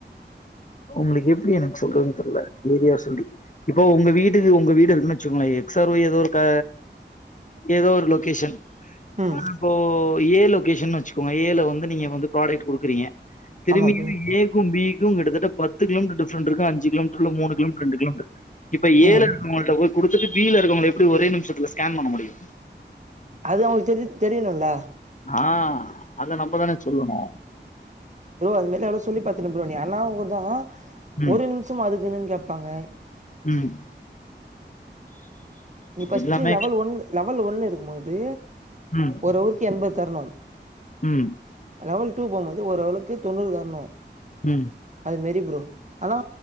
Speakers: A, on the left; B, on the right.
A: உங்களுக்கு எப்பிடி எனக்கு சொல்றதுன்னு தெரில ஏரியா சொல்லி இப்போ உங்க வீடு உங்க வீடு இருக்குன்னு வச்சுங்களே எக்ஸ் ஆர ஒய் ஏதோ இருக்க ஏதோ ஒரு லொகேஷன்
B: ம்
A: இப்போ ஏ லொகேஷன்னு வச் வச்சுக்கோங்க ஏலு வந்து நீங்க வந்து ப்ராடக்ட் குடுக்குறீங்க திரும்பியு
B: ஆமா ப்ரோ
A: ஏ ஏ க்கு பீக்கு கிட்டட்ட பத்து கிலோமீட்டர் டிப்ரெண்ருக்கு அஞ்சு கிலோமீட் டருக்கு மூணு கிலோமீட்டர் ரெண்டு கிலோமீட்டர் இப்ப ஏ
B: ம்
A: ல இருக்கவுங்கள்ட குடுத்துட்டு பி ல இருக்குறங்கல் எப்பிடி ஒரே நிமிஷத்துகு கேன் பண்ண முடியு
B: அது அவுங்க தெரி தெரியிணுல
A: ஆ அத நம்மதான சொல்லுணு
B: ப்ரோ அது மேல எவ்ளோ சொல்லி பாத்துனு ப்ரோ நீ அண்ணாங்குது
A: ம்,
B: ஒரு நிமிஷோம் அதுக்குன்னு கேப்பாங்க
A: ம்
B: நீ ஃபஸ்ட்டு
A: எல்லாமே
B: லெவல் ஒன் லெவல் ஒன்னு இருக்கும் போது
A: ம்
B: ஒரு ஊக்கி எண்பத் தர்ணும்
A: ம்
B: லெவல் டூ போமோது ஒரு அளவுக்கு தொண்ணூறு தர்னு
A: ம்
B: அது மெரி ப்ரோ ஆனா